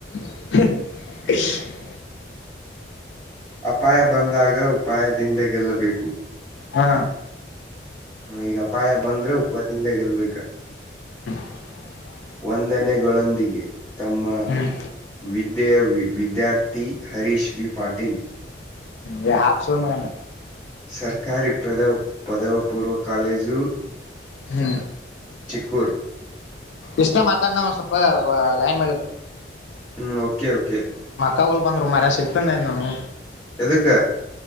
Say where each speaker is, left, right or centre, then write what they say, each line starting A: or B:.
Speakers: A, on the left (about 75°); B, on the left (about 15°).
A: <inaudible>
B: ಅಪಾಯ ಬಂದಾಗ ಉಪಾಯದಿಂದ ಗೆಲ್ಲಬೇಕು
A: ಹಾ
B: ಹಾ ಈಗ ಅಪಾಯ ಬಂದ್ರೆ ಉಪ್ಪದಿಂದ ಗೆಲ್ಬೇಕ
A: <inaudible>
B: ವಂದನೆಗಳೊಂದಿಗೆ ತಮ್ಮ
A: ಹ್ಮ್
B: ವಿದ್ಯೆಯ ವಿದ್ಯಾರ್ಥಿ ಹರೀಷ್ ಬಿ ಪಾಟೀಲ್
A: ಗ್ಯಾಪ್ಸು ಮಗಾನೆ
B: ಸರ್ಕಾರಿ ಪ್ರದವ್ ಪದವ ಪೂರ್ವ ಕಾಲೇಜು
A: ಹ್ಮ
B: ಚಿಕ್ಕೂರ್
A: ಇಷ್ಟ ಮಾತಾನ ಒಂದ್ ಸ್ವಲ್ಪ ಲೈನ್ ನಾಗೆ ಇರು
B: ಹ್ಮ್ ಓಕೆ ಓಕೆ
A: ಕವಲ್ ಬಂದರು ಮರೆಯ ಸಿಗ್ತನೆ ನಾನು
B: ಯಾದ್ಕ